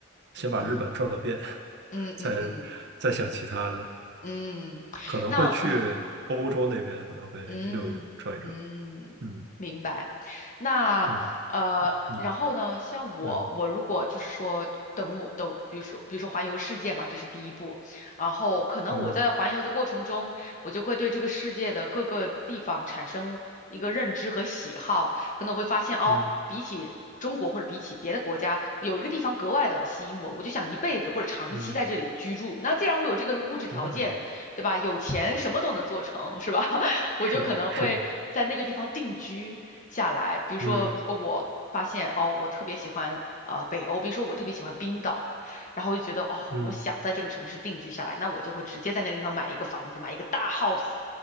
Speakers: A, on the right; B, on the left.
A: 先把日本转个遍，
B: 嗯
A: <laughs>
B: 嗯嗯嗯
A: 再再想其他的。
B: 嗯，嗯那嗯。
A: 可能会去欧洲那边，可能会溜一溜，
B: 嗯嗯，
A: 转一转。嗯
B: 明白。那呃，
A: 嗯，你
B: 然后呢，像我，
A: 嗯
B: 我如果就是说等我等，比如说比如说环游世界嘛，这是第一步。然后可能我在环游的过程中，
A: 嗯
B: 我就会对这个世界的各个地方产生一个认知和喜好，可能我会发现哦，
A: 嗯
B: 比起中国或者比起别的国家，有一个地方格外的吸引我，我就想一辈子或者长期在这里居住。
A: 嗯
B: 那既然我有这个物质条件，
A: 嗯，
B: 对吧？有钱什么都能做成，是吧？<laughs> 我就可能会在那个地方定居下来。
A: 是是，
B: 比如说，
A: 嗯
B: 如果我发现哦，我特别喜欢呃北欧，比如说我特别喜欢冰岛，然后我就觉得哦，
A: 嗯
B: 我想在这个城市定居下来，那我就会直接在那个地方买一个房子，买一个大 house，